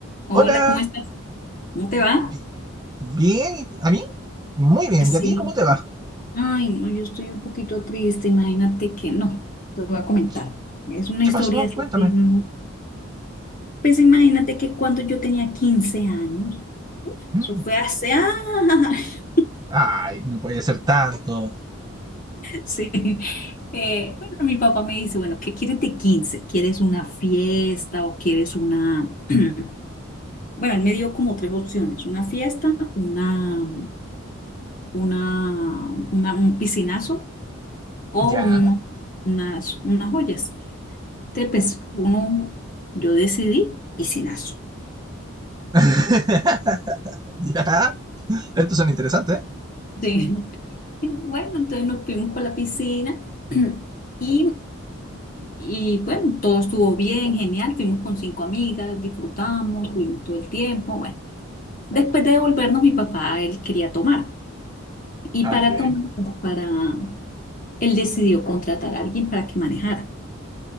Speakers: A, on the left; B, on the right.
A: Hola,
B: Hola,
A: ¿cómo estás? ¿Cómo te va?
B: bi- bien, ¿y ¿a mí? Muy bien,
A: Sí.
B: ¿y a ti cómo te va?
A: Ay, no, yo estoy un poquito triste, imagínate que no, te voy a comentar.
B: ¿Qué,
A: Es una
B: qué
A: historia
B: pasó?
A: así
B: Cuéntame.
A: que no. Pues imagínate que cuando yo tenía 15 años,
B: Mm,
A: eso fue hace... ¡Ah! <laughs>
B: Ay, no puede ser tanto.
A: Sí. Eh, bueno, mi papá me dice, bueno, ¿qué quieres de 15? ¿Quieres una fiesta o quieres una... <clears throat> Bueno, él me dio como tres opciones, una fiesta, una, una, una- un piscinazo o
B: ¿Ya?
A: uno, unas, unas joyas. Entonces, pues uno, yo decidí piscinazo.
B: <laughs> ¿Ya? Estos son interesantes.
A: Sí. <laughs> Bueno, entonces nos fuimos para la piscina <clears throat> y, y bueno, todo estuvo bien, genial. Fuimos con cinco amigas, disfrutamos, tuvimos todo el tiempo. Bueno, después de devolvernos, mi papá, él quería tomar. Y
B: Ok.
A: para tomar, pues, para, él decidió contratar a alguien para que manejara,